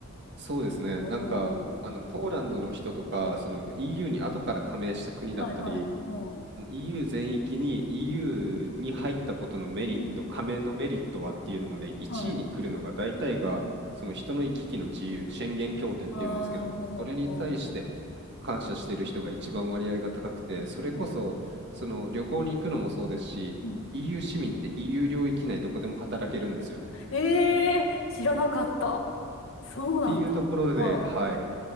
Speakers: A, on the right; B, on the left.
A: そうですね。
B: うん。
A: なんか、あの、ポーランドの人とか、その EU に後から加盟した国だったり、
B: はい。はい。うん。
A: EU 全域に EU に入ったことのメリット、
B: うん。
A: 加盟のメリットはっていうので、1位に来るのが大体が、
B: はい。うん。
A: その人の行き来の自由、宣言協定っていうんですけど、
B: ああ、なるほど。
A: それに対して感謝してる人が一番割合が高くて、
B: ああ。
A: それこそ、
B: うん。
A: その旅行に行くのもそうですし、
B: うん。
A: EU 市民って EU 領域内どこでも働けるんですよね。
B: ええ知らなかった。そうなんだ。
A: っていうところで、
B: はあ。
A: はい。